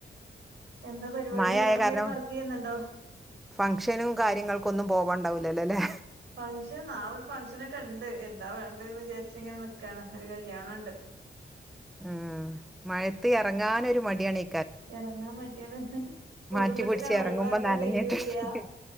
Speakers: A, on the right; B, in the centre.
A: എന്താ പരിപാടി?
B: മഴയായ
A: വേറെ എന്തേലും
B: കാരണം
A: വർക്ക് ചെയ്യ്ന്നൊണ്ടോ?
B: ഫംഗ്ഷനും കാര്യങ്ങൾക്കൊന്നും പോവാൻ ഇണ്ടാവൂല്ലാലോ അല്ലേ?
A: ഫങ്ഷൻ, നാളെയൊരു ഫംഗഷനൊക്കെ ഇണ്ട്. എന്താ വേണ്ടേന്ന് വിചാരിച്ച് ഇങ്ങനെ നിക്കാണ്. ഒരു കല്ല്യാണണ്ട്.
B: ഊം മഴയത്ത് എറങ്ങാനൊര് മടിയാണെ.
A: എറങ്ങാൻ മടിയാണ്. കുടുംബത്തിലാണ്,
B: മാറ്റി പിടിച്ച്
A: ഒഴിവാക്കാൻ
B: എറങ്ങുമ്പോ നനഞ്ഞിട്ട്
A: കഴിയൂല്ലാ.